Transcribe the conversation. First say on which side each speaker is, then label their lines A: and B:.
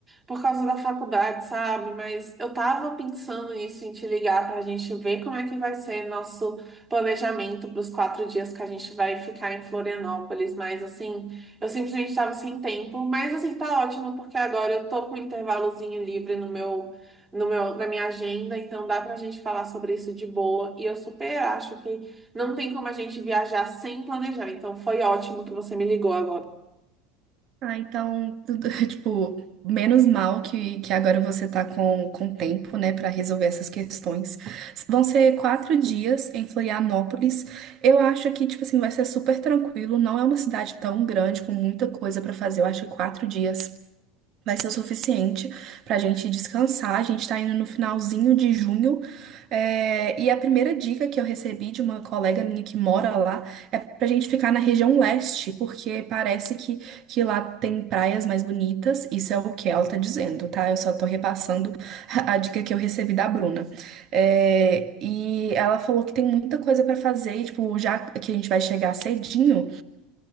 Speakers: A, on the right; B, on the right.
A: por causa da faculdade, sabe? Mas eu tava pensando nisso, em te ligar pra gente ver como é que vai ser nosso planejamento para os quatro dias que a gente vai ficar em Florianópolis. Mas, assim, eu simplesmente tava sem tempo. Mas, assim, tá ótimo, porque agora eu tô com um intervalozinho livre no meu no meu, na minha agenda, então dá pra gente falar sobre isso de boa. E eu super acho que não tem como a gente viajar sem planejar. Então foi ótimo que você me ligou agora.
B: Ah, então, tudo- <laughs> tipo, menos mal que, que agora você tá com, com tempo, né, pra resolver essas questões. Vão ser quatro dias em Florianópolis. Eu acho que, tipo assim, vai ser super tranquilo. Não é uma cidade tão grande com muita coisa pra fazer. Eu acho que quatro dias. vai ser o suficiente para a gente descansar. A gente está indo no finalzinho de junho. é, e a primeira dica que eu recebi de uma colega minha que mora lá é para a gente ficar na região leste, porque parece que, que lá tem praias mais bonitas. Isso é o que ela está dizendo, tá? Eu só tô repassando a a dica que eu recebi da Bruna. É, e ela falou que tem muita coisa para fazer, e, tipo, já que a gente vai chegar cedinho.